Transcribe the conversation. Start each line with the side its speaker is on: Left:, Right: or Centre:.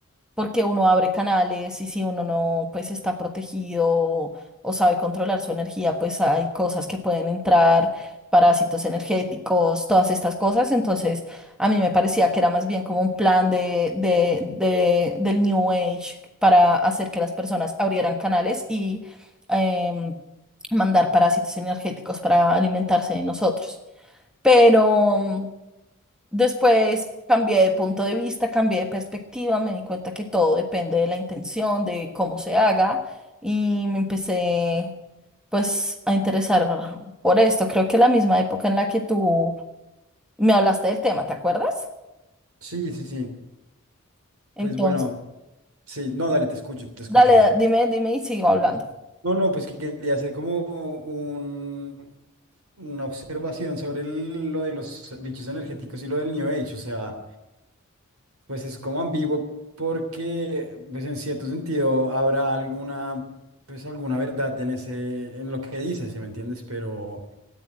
Centre: porque uno abre canales y si uno no, pues está protegido o, o sabe controlar su energía, pues hay cosas que pueden entrar, parásitos energéticos, todas estas cosas. Entonces, a mí me parecía que era más bien como un plan de, de, de- del New Age para hacer que las personas abrieran canales y em, mandar parásitos energéticos para alimentarse de nosotros. Pero... Después cambié de punto de vista, cambié de perspectiva, me di cuenta que todo depende de la intención, de cómo se haga y me empecé pues a interesar por esto. Creo que la misma época en la que tú me hablaste del tema, ¿te acuerdas?
Right: Sí, sí, sí.
Centre: Entonces,
Right: Pues bueno, sí, no, dale, te escucho, te escucho.
Centre: dale, da- dime, dime y sigo hablando.
Right: No, no, pues que quería hacer como un, una observación sobre el- lo de los bichos energéticos y lo del New Age. O sea, pues es como ambiguo porque, pues en cierto sentido, habrá alguna, pues alguna verdad en ese, en lo que dices, si me entiendes? Pero,